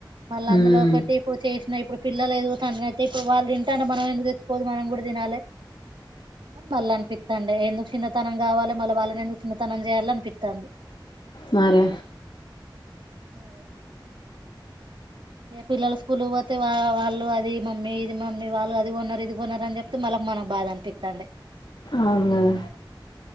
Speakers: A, on the right (about 70°); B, on the left (about 70°).
A: మళ్ళా
B: హ్మ్
A: అందులో ఒకటి ఇప్పుడు చే ఇప్పుడు పిల్లలు ఎదుగుతండ అయితే ఇప్పుడు వాళ్ళు తింటుంటే మనం ఎందుకు తెతుుకోదు మనం కూడా తినాలిని మళ్ళీ అనిపిస్తండి ఎందుకు చిన్నతనం కావాలి మళ్ళీ వాళ్ళని ఎందుకు చిన్నతనం చేయాలి అనిపి త్తాంది
B: మరే
A: ఉమ్ ఏ పిల్లలు స్కూల్ పోతే వా వాళ్ళు అది మమ్మీ ఇది మమ్మీ వాళ్ళు అది కొన్నారు ఇది కొనరు అని చెప్తే మళ్ళకి మనకు బాధ అనిపిస్తండి
B: అవును కదా